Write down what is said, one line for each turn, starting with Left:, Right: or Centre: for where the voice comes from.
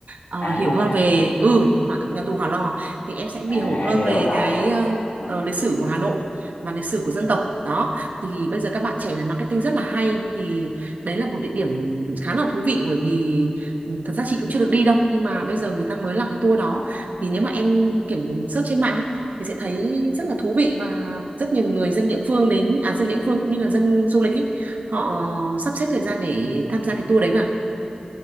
Right: ờ,
Left: à
Right: hiểu hơn về ừ hỏa- nhà tù hỏa lò thì em sẽ
Left: à
Right: hiểu hơn
Left: nhà
Right: về
Left: đó là
Right: cái
Left: em biết
Right: ờ,
Left: Ờ,
Right: ờ, lịch sử của Hà Nội và lịch sử của dân tộc đó thì bây giờ các bạn trẻ làm marketing rất là hay thì đấy là một địa điểm khá là thú vị bởi vì ừ, thật ra chị cũng chưa được đi đâu nhưng mà bây giờ người ta mới làm cái tour đó
Left: ờ.
Right: thì nếu mà em kiểm search trên mạng ấy, thì sẽ thấy rất là thú vị và rất nhiều người dân địa phương đến à dân địa phương cũng như là dân du lịch ý, họ sắp xếp thời gian để tham gia cái tour đấy mà